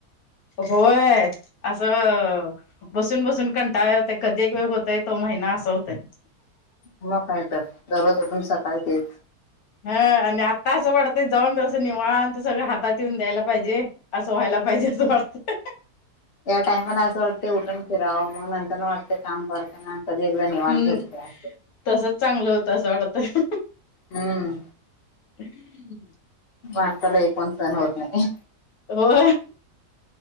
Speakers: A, on the left; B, on the left.
A: होय असं बसून बसून कंटाळता कधी एक वेळं होतय तो महिना असं होतय
B: मग का तर दररोज अठून सकाळी तेच
A: हा आणि आत्ता असं वाटतय जाऊनसं निवात तर सगळं हातात येऊन द्यायला पाहिजे असं व्हायला पाहिजे असं वाटत
B: या टाइमाला असं वाटतते उठून फिरावं मग नंतर न वाटतय काम करताना कधी एकदा निवांत
A: हम्
B: भेटते अस
A: तसच चांगलं होतं असं वाटतंय
B: हम्म
A: हम्
B: माणसाला एक पण सहन होत नाही
A: हो